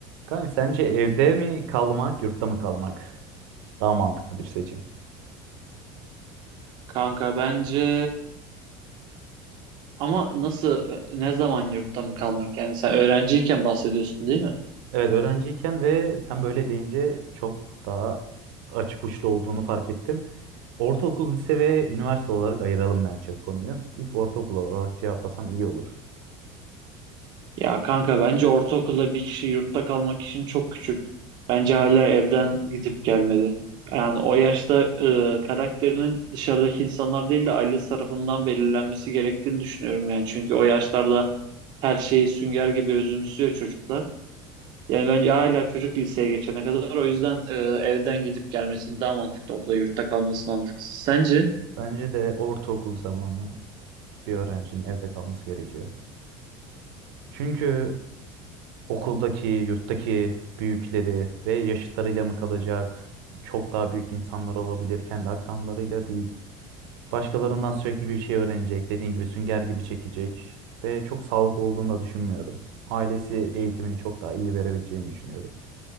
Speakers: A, on the right; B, on the right.
A: Kanka sence evde mi kalmak, yurtta mı kalmak daha mantıklı bir seçim?
B: Kanka bence ama nasıl ne zaman yurtta mı kalmak? Yani sen öğrenciyken bahsediyorsun değil mi?
A: Evet öğrenciyken ve sen böyle deyince çok daha açık uçlu olduğunu fark ettim. Ortaokul, lise ve üniversite olarak ayıralım bence bu konuyu. İlk ortaokul olarak cevaplasan iyi olur.
B: Ya kanka bence ortaokulda bir kişi yurtta kalmak için çok küçük. Bence hala evden gidip gelmedi. Yani o yaşta e, karakterinin dışarıdaki insanlar değil de ailesi tarafından belirlenmesi gerektiğini düşünüyorum yani. Çünkü o yaşlarda her şeyi sünger gibi özümsüyor çocuklar. Yani bence hala çocuk liseye geçene kadar o yüzden e, evden gidip gelmesi daha mantıklı okula yurtta kalması mantıksız. Sence?
A: Bence de ortaokul zamanı bir öğrencinin evde kalması gerekiyor. Çünkü okuldaki, yurttaki büyükleri ve yaşıtlarıyla mı kalacak? Çok daha büyük insanlar olabilir, kendi akranlarıyla değil. Başkalarından sürekli bir şey öğrenecek. Dediğin gibi sünger gibi çekecek. Ve çok sağlıklı olduğunu da düşünmüyorum. Ailesi eğitimini çok daha iyi verebileceğini düşünüyorum.